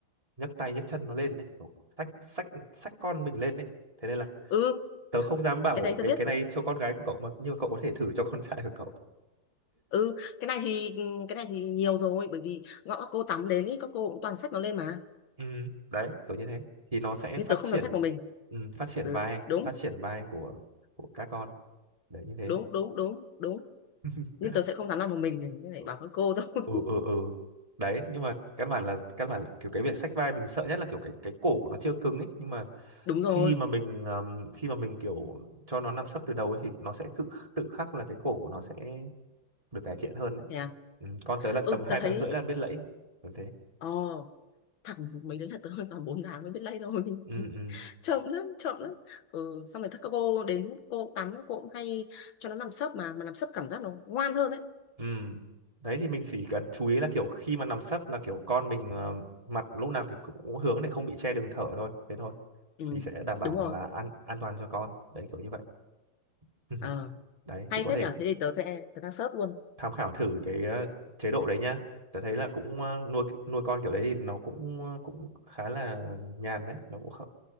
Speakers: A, on the right (about 15°); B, on the left (about 65°).
A: nhấc tay nhấc chân nó lên đấy kiểu xách xách xách con mình lên đấy thế nên là
B: ừ
A: tớ không dám bảo
B: cái đấy tớ
A: cái
B: biết
A: cái này cho con gái của cậu mà nhưng mà cậu có thể thử cho con <laughs> trai của cậu
B: ừ cái này thì ừ, cái này thì nhiều rồi bởi vì gọi các cô tắm đến ý các cô cũng toàn xách nó lên mà
A: ừ đấy kiểu như thế thì nó sẽ
B: nhưng
A: phát
B: tớ không
A: triển
B: dám xách một mình
A: ừ, phát triển
B: ừ
A: vai
B: đúng
A: phát triển vai của của các con đấy như thế
B: đúng đúng đúng đúng
A: <laughs>
B: nhưng tớ sẽ không dám làm một mình như này
A: ừ
B: bảo các cô thôi
A: ừ
B: <laughs>
A: ừ ừ. đấy nhưng mà căn bản là căn bản là kiểu cái việc xách vai mình sợ nhất là kiểu cái cái cổ của nó chưa cứng ấy nhưng mà
B: đúng rồi
A: khi mà mình ừm, khi mà mình kiểu cho nó nằm sấp từ đầu ấy thì nó sẽ tự tự khắc là cái cổ của nó sẽ được cải thiện hơn đấy
B: yeah.
A: ừ, con tới là
B: ừ
A: tầm hai
B: tớ thấy
A: tháng rưỡi là biết lẫy kiểu thế
B: ờ thẳng mấy đứa là tớ hơn toàn bốn tháng mới biết lay thôi
A: ừ ừ
B: <laughs> chậm lắm chậm lắm ừ xong rồi các cô đến cô tắm các cô cũng hay cho nó nằm sấp mà mà nằm sấp cảm giác nó ngoan hơn đấy
A: ừ đấy thì mình chỉ cần chú ý là kiểu khi mà nằm sấp là kiểu con mình ờ, mặt lúc nào kiểu cũng hướng để không bị che đường thở thôi thế thôi
B: ừ
A: thì sẽ đảm bảo
B: đúng rồi
A: là an an toàn cho con đấy kiểu như vậy <laughs>
B: ờ
A: đấy
B: hay
A: thì có
B: phết
A: thể
B: nhở thế thì tớ sẽ tớ đang search luôn
A: tham khảo thử cái ờ, chế độ đấy nhá tớ thấy là cũng ờ, nuôi nuôi con kiểu đấy thì nó cũng ờ, cũng khá là nhàn đấy nó cũng không,